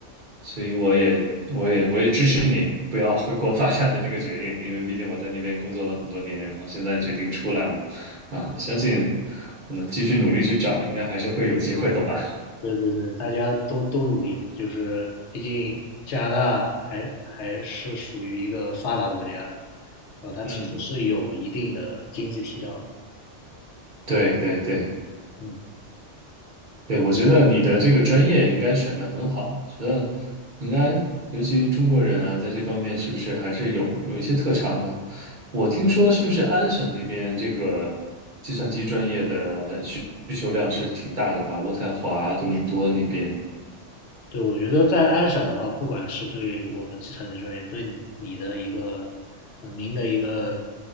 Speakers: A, on the right (about 45°); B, on the left (about 75°).
A: 所以我也我也我也支持你不要回国发展的这个决定，因为毕竟我在那边工作了很多年，然后现在决定出来嘛，啊，相信我们继续努力去找，应该还是会有机会的吧。
B: 对对对，大家都都努力嘛，就是毕竟加拿大还还是属于一个发达国家，然后它其实是有一定的经济体量的。
A: 嗯，对对对，
B: 嗯，
A: 对，我觉得你的这个专业应该选的很好，觉得应该，尤其是中国人啊，在这方面是不是还是有有一些特长的？我听说是不是安省那边这个计算机专业的需需求量是挺大的吧？渥太华、多伦多那边，
B: 对，我觉得在安省的话，不管是对我们计算机专业，对你你的一个呃您的一个